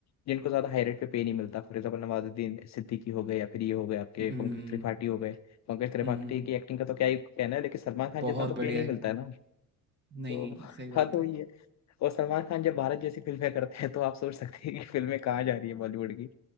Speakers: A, on the left (about 45°); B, on the right (about 30°).
A: जिनको ज्यादा हाई रेट पे पे नहीं मिलता फॉर एग्जाम्पल नवाजुद्दीन सिद्दीकी हो गए या फिर ये हो गए आपके
B: हुँ,
A: पंकज त्रिपाठी हो गए पंकज त्रिपाठी
B: हुँ, हुँ।
A: की एक्टिंग का तो क्या ही कहना है लेकिन सलमान खान
B: बहुत
A: जितना तो
B: बढ़िया
A: पे नहीं
B: एक्टिंग।
A: मिलता है ना
B: नहीं,
A: तो
B: सही बात
A: बात वही
B: है।
A: है और सलमान खान जब भारत जैसी फिल्में करते हैं तो आप सोच सकते हैं कि फिल्में कहाँ जा रही है बॉलीवुड की